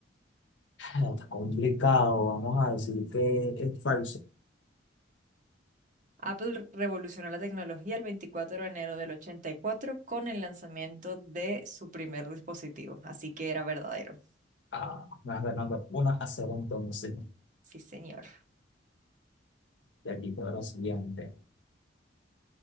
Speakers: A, on the left (about 75°); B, on the right (about 45°).
A: No, está complicado, vamos a decir que es falso.
B: Apple revolucionó la tecnología el 24 de enero del 84 con el lanzamiento de su primer dispositivo. Así que era verdadero.
A: Ah, me vas ganando una a cero entonces.
B: Sí, señor.
A: De aquí para la siguiente.